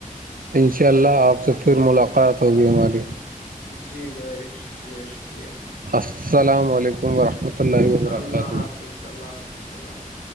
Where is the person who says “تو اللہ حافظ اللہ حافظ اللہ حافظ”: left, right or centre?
Left